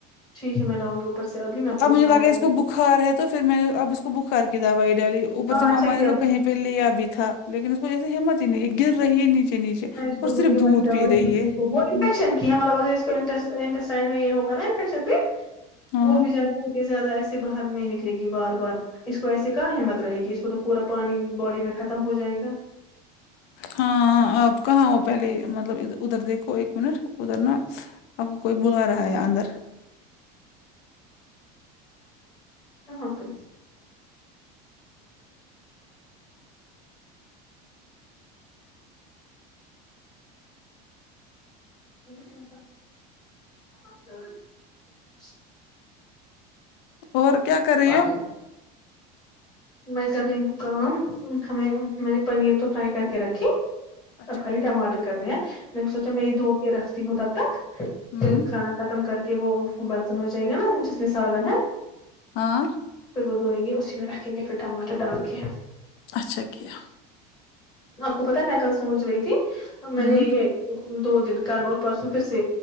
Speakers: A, on the left (about 20°); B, on the left (about 55°).
A: ٹھیک ہے میں لا ؤ نگی اوپر سے ابھی میں آپ کو
B: اب مجھے
A: دکھاؤں
B: لگا
A: گی
B: ہے اس
A: اگر
B: کو بخار ہے تو پھر میں نے اب اس کو بخار کی دوائی ڈالی اوپر
A: ہاں
B: سے ماما
A: اچھا
B: نے
A: کیا
B: تو کہیں پہ پہ لیا بھی تھا لیکن اس کو جیسے ہمت ہی نہیں ہے گر رہی ہے نیچے نیچے اور
A: میں اس کو
B: صرف
A: دوں گی
B: دودھ
A: وہی دوائی
B: پی رہی ہے
A: وہ انفیکشن کی مطلب اگر اس کوانٹس انٹسٹائن میں یہ ہوگا نا انفیکشن پ
B: ہاں
A: وہ بھی جائےا یہ زیادہ ایسے باہر نہیں نکلے گی بار بار اس کو ایس سے کا ہمت رہے گی اس کو تو پورا پانی باڈی میں ختم ہو جائے گا
B: ہاں آپ کہاں ہو پہلے مطلب ادھر دیکھو ایک منٹ ادھر نا آپ کو کوئی بلا رہا ہے اندر
A: کہاں پہ ابو جان اچھا <inaudible>
B: اور کیا کر رہی
A: پاگل
B: ہو
A: میں کر رہی ہوں کام ہمیں میں نے پنیر تو فرائی کر کے رکھی
B: اچھا
A: اب خالی ٹماٹر کرنے ہیں میں نے سوچا میں یہ دھوپ میں رکھتی ہوں تب تک پھر
B: ہمم
A: کھانا ختم کر کے وہ برتن ہو جائے گا نا جس میں سالن ہے
B: ہاں
A: پھر وہ دھوئیں گے اسی میں رکھیں گے پھر ٹماٹر ڈال کے
B: اچھا کیا
A: آپ کو پتا ہے میں کل سوچ رہی تھی میں
B: ہمم
A: نے یہ دو دن کل اور پرسوں پھر سے